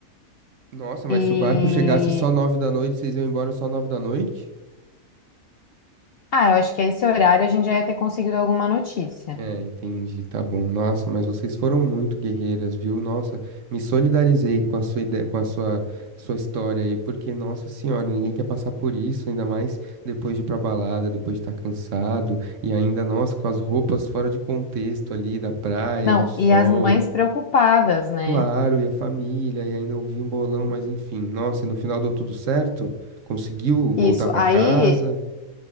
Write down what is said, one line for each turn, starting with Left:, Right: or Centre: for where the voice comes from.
Right: Nossa, mas
Left: E.
Right: se o barco chegasse só nove da noite, vocês iam embora só nove da noite?
Left: Ah, eu acho que a esse horário a gente já ia ter conseguido alguma notícia.
Right: É, entendi, tá bom. Nossa, mas vocês foram muito guerreiras, viu? Nossa, me solidarizei com a sua ideia, com a sua, sua história aí, porque, nossa senhora, ninguém quer passar por isso, ainda mais depois de ir pra balada, depois de estar cansado, e ainda, nossa, com as roupas fora de contexto ali, da praia,
Left: Não,
Right: no sol.
Left: e as mães preocupadas, né?
Right: Claro, e a família, e ainda ouvi um bolão, mas enfim, nossa, e no final deu tudo certo? Conseguiu voltar
Left: Isso.
Right: pra
Left: Aí,
Right: casa?